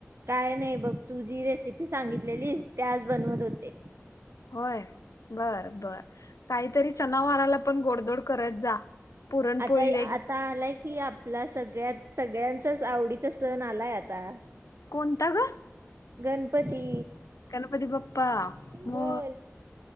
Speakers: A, on the right; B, on the left.
A: काय नाही बघ तू जी रेसिपी सांगितलेलीस ते आज बनवत होते
B: होय बर बर काहीतरी सनावाराला पण गोडदोड करत जा पुरणपोळी
A: आता
B: वगैरे
A: आता आलाय की आपला सगळ्यात सगळ्यांचाच आवडीचा सण आलाय आता
B: कोणता ग
A: गणपती
B: गणपती पप्पा मो
A: बोल